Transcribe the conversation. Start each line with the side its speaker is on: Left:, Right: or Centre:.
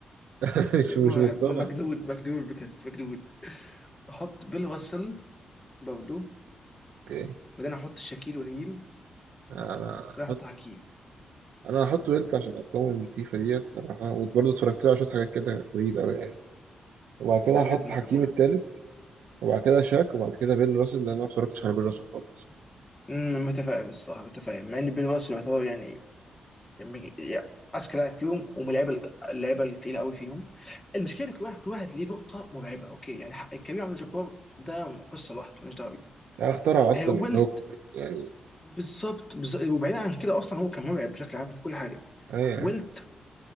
Right: <laughs> مش
Left: مرعب
Right: مش مقتنع
Left: مجنون مجنون بجد مجنون احط بيل راسل برضه
Right: اوكي
Left: بعدين احط شاكيل ونيل
Right: انا
Left: بعدين
Right: هحط
Left: احط حكيم
Right: انا هحط ويلت عشان ارقامه المخيفة دي الصراحة وبرضه اتفرجت له على شوية حاجات كده غريبة قوي يعني وبعد كده
Left: ده
Right: هحط
Left: بجد مرعب
Right: حكيم
Left: مرعب.
Right: التالت وبعد كده شاك وبعد كده بيل راسل لان انا ما اتفرجتش على بيل راسل خالص
Left: مم، متفائل الصراحه متفائل مع ان بيل راسل يعتبر يعني يعني اذكى لاعب فيهم ومن اللعيبه اللعيبه الثقيله قوي فيهم المشكله إن كل واحد كل واحد ليه نقطه مرعبه اوكي يعني حق- كريم عبد الجبار ده قصه لوحده مالناش دعوه بيه
Right: لا اخترع اصلا
Left: آه، ويلت
Right: الهوك يعني
Left: بالظبط بالظ- وبعيد عن كده اصلا هو كان مرعب بشكل عام في كل حاجه
Right: ايوه يعني.
Left: ويلت